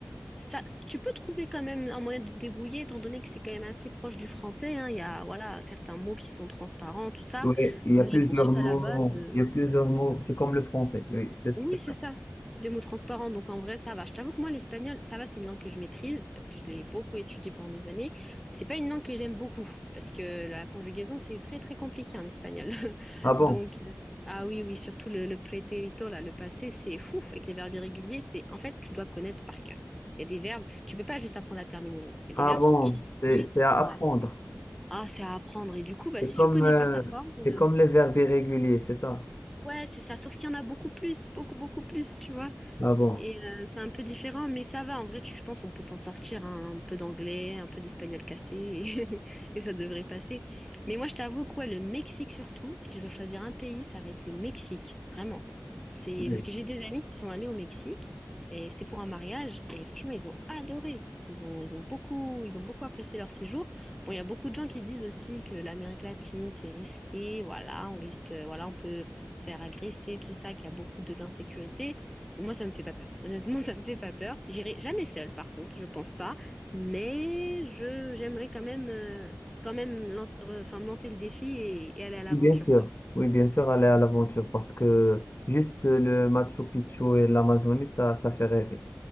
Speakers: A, in the centre; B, on the left (about 45°).
A: ça, tu peux trouver quand même un moyen de te débrouiller, étant donné que c'est quand même assez proche du français. hein. Il y a, voilà, certains mots qui sont transparents, tout ça.
B: Oui, il y
A: Mais
B: a plusieurs
A: bon, si tu
B: mots.
A: as la base, euh,
B: Il y a plusieurs mots. C'est comme le français. Oui, c'est c'est
A: oui, c'est
B: ça.
A: ça, c'est c'est des mots transparents, donc en vrai, ça va. Je t'avoue que moi, l'espagnol, ça va, c'est une langue que je maîtrise, parce que je l'ai beaucoup étudiée pendant des années, mais c'est pas une langue que j'aime beaucoup, parce que la conjugaison, c'est très, très compliqué en espagnol. <laughs>
B: Ah bon?
A: Donc, euh, ah oui, oui, surtout le, le pretérito, là, le passé, c'est fou, avec les verbes irréguliers, c'est, en fait, tu dois connaître par cœur. Il y a des verbes, tu peux pas juste apprendre la terminaison, et
B: Ah
A: des verbes
B: bon,
A: sont irréguliers,
B: c'est c'est à
A: ouais.
B: apprendre.
A: Ah, c'est à apprendre, et du coup, bah,
B: C'est
A: si
B: comme,
A: tu connais
B: euh,
A: pas sa forme, euh,
B: c'est comme les verbes irréguliers, c'est ça?
A: ouais, c'est ça, sauf qu'il y en a beaucoup plus, beaucoup, beaucoup plus, tu vois.
B: Ah bon?
A: Et euh, c'est un peu différent, mais ça va. En vrai, tu, je pense on peut s'en sortir hein, un peu d'anglais, un peu d'espagnol cassé, et, <laughs> et ça devrait passer. Mais moi, je t'avoue, quoi, le Mexique surtout, si je dois choisir un pays, ça va être le Mexique, vraiment. C'est
B: Oui.
A: parce que j'ai des amis qui sont allés au Mexique, et c'était pour un mariage, et franchement, ils ont adoré. Ils ont, ils ont beaucoup, ils ont beaucoup apprécié leur séjour. Bon, il y a beaucoup de gens qui disent aussi que l'Amérique latine, c'est risqué, voilà, on risque, voilà, on peut se faire agresser, tout ça, qu'il y a beaucoup de d'insécurité. Moi, ça me fait pas peur. Honnêtement, ça me fait pas peur. J'irai jamais seule, par contre, je pense pas. Mais je j'aimerais quand même euh, quand même lance- re- enfin, me lancer le défi et, et aller à l'aventure,
B: Oui, Bien sûr,
A: quoi.
B: oui, bien sûr, aller à l'aventure parce que juste le Machu Picchu et l'Amazonie, ça, ça fait rêver.